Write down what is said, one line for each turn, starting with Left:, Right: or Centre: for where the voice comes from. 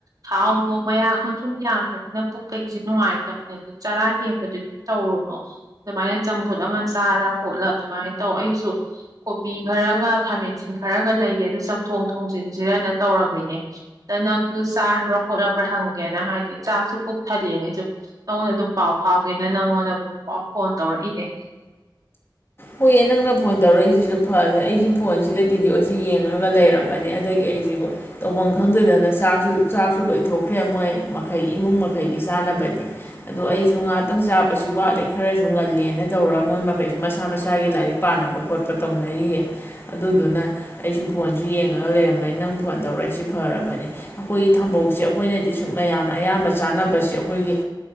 Right: ꯊꯥꯎꯅꯣ ꯃꯌꯥꯛ ꯃꯊꯨ ꯌꯥꯡꯕꯅꯤꯅ ꯄꯣꯛꯀꯩꯁꯦ ꯅꯨꯡꯉꯥꯏꯇꯕꯅꯤ ꯑꯗꯨ ꯆꯔꯥ ꯍꯦꯟꯕꯗꯨꯗꯤ ꯇꯧꯔꯨꯅꯨ ꯑꯗꯨꯃꯥꯏꯅ ꯆꯝꯐꯨꯠ ꯑꯃ ꯆꯥꯔ ꯈꯣꯠꯂ ꯑꯗꯨꯃꯥꯏꯅ ꯇꯧ ꯑꯩꯁꯨ ꯀꯣꯕꯤ ꯈꯔꯒ ꯈꯥꯃꯦꯟꯁꯤꯟ ꯈꯔꯒ ꯂꯩꯒꯦ ꯑꯗꯨ ꯆꯝꯊꯣꯡ ꯊꯣꯡꯖꯤꯟꯁꯤꯔꯅ ꯇꯧꯔꯝꯃꯤꯅꯦ ꯑꯗ ꯅꯪꯗꯨ ꯆꯥꯔꯕ꯭ꯔꯥ ꯈꯣꯠꯂꯕ꯭ꯔꯥ ꯍꯪꯒꯦꯅ ꯍꯥꯏꯗꯤ ꯆꯥꯛꯁꯨ ꯄꯨꯛ ꯊꯂꯦꯅ ꯑꯩꯁꯨ ꯅꯪꯉꯣꯟꯗ ꯑꯗꯨꯝ ꯄꯥꯎ ꯐꯥꯎꯒꯦꯅ ꯅꯪꯉꯣꯟꯗ ꯑꯃꯛ ꯄꯥꯎ ꯐꯣꯟ ꯇꯧꯔꯛꯏꯅꯦ
Left: ꯍꯣꯏꯌꯦ ꯅꯪꯅ ꯐꯣꯟ ꯇꯧꯔꯛꯏꯁꯤꯁꯨ ꯐꯔꯦ ꯑꯩꯁꯤ ꯐꯣꯟꯁꯤꯗ ꯚꯤꯗꯤꯑꯣꯁꯤ ꯌꯦꯡꯉꯒ ꯂꯩꯔꯝꯕꯅꯤ ꯑꯗꯒꯤ ꯑꯩꯁꯤꯕꯨ ꯇꯧꯐꯝ ꯈꯪꯗꯗꯅ ꯆꯥꯛꯁꯨ ꯆꯥꯛꯁꯨ ꯂꯣꯏꯊꯣꯛꯈ꯭ꯔꯦ ꯃꯣꯏ ꯃꯈꯩꯒꯤ ꯏꯃꯨꯡ ꯃꯈꯩꯒꯤ ꯆꯥꯅꯕꯗꯤ ꯑꯗꯣ ꯑꯩꯁꯨ ꯉꯥꯏꯍꯥꯛꯇꯪ ꯆꯥꯕꯁꯤ ꯋꯥꯠꯂꯤꯦ ꯈꯔꯁꯨ ꯉꯜꯂꯦꯅ ꯇꯧꯔꯒ ꯃꯣꯏ ꯃꯈꯩꯁꯨ ꯃꯁꯥ ꯃꯁꯥ ꯏꯁꯥꯒꯤ ꯂꯥꯏꯔꯤꯛ ꯄꯥꯅꯕ ꯈꯣꯠꯄ ꯇꯧꯅꯔꯤꯌꯦ ꯑꯗꯨꯗꯨꯅ ꯑꯩꯁꯨ ꯐꯣꯟꯁꯨ ꯌꯦꯡꯉꯒ ꯂꯩꯔꯝꯂ ꯅꯪ ꯐꯣꯟ ꯇꯧꯔꯛꯏꯁꯤꯦ ꯐꯔꯕꯅꯤ ꯑꯩꯈꯣꯏꯒꯤ ꯊꯝꯕꯧꯁꯦ ꯑꯩꯈꯣꯏꯅꯗꯤ ꯁꯨꯝ ꯃꯌꯥꯝꯅ ꯑꯌꯥꯝꯕ ꯆꯥꯅꯕꯁꯦ ꯑꯩꯈꯣꯏꯒꯤ